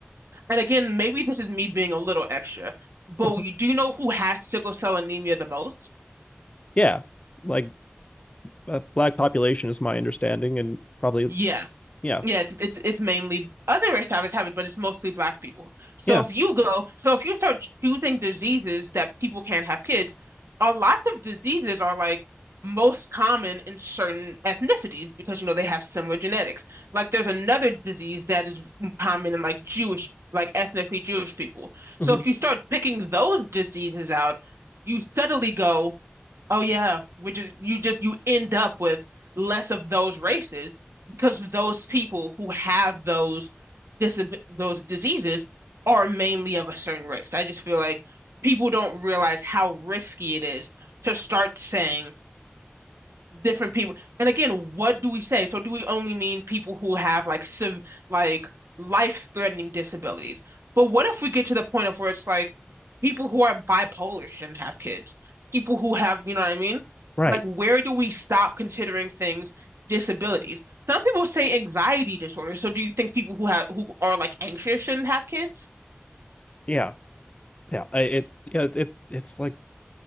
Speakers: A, on the right; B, on the left.
A: and again, maybe this is me being a little extra, but
B: Mm-hmm.
A: you do know who has sickle cell anemia the most?
B: yeah like uh, black population is my understanding and probably
A: Yeah,
B: yeah
A: Yeah, it's it's it's mainly other race habits have it, but it's mostly black people. So
B: yeah
A: if you go, so if you start choosing diseases that people can't have kids, a lot of diseases are like most common in certain ethnicities because you know they have similar genetics. Like there's another disease that is common in like Jewish, like ethnically Jewish people.
B: hmm
A: So if you start picking those diseases out, you suddenly go, Oh yeah, which is you just you end up with less of those races because those people who have those disab those diseases are mainly of a certain race. I just feel like people don't realize how risky it is to start saying different people. And again, what do we say? So do we only mean people who have like sev like life-threatening disabilities? But what if we get to the point of where it's like People who are bipolar shouldn't have kids. People who have, you know what I mean?
B: right
A: Like, where do we stop considering things disabilities? Some people say anxiety disorder. So do you think people who have who are like anxious shouldn't have kids?
B: yeah yeah I, it yeah it it's like